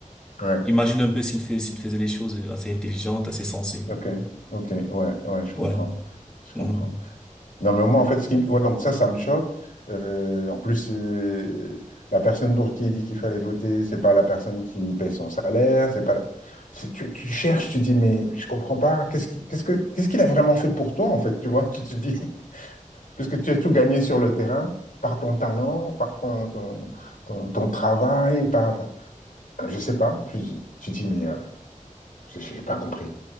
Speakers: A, on the left (about 80°); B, in the centre.
A: Ouais.
B: imagine un peu s'il fait s'il faisait des choses assez intelligentes assez sensées
A: OK. OK. Ouais. Ouais, je
B: ouais
A: comprends. Je
B: Mhm.
A: comprends. Non, mais moi, en fait, ce qui... ouais, donc ça, ça me choque. Euh, en plus, euh, la personne pour qui il dit qu'il fallait voter, c'est pas la personne qui paye son salaire, c'est pas... la- c'est- Tu, tu cherches, tu dis, mais je comprends pas, qu'est-ce qui- qu'est-ce que, qu'est-ce qu'il a vraiment fait pour toi, en fait, tu vois, tu te dis, <laughs> puisque tu as tout gagné sur le terrain, par ton talent, par ton, ton, ton, ton travail, par... enfin, je sais pas, tu, tu dis, mais euh, j'ai j'ai pas compris.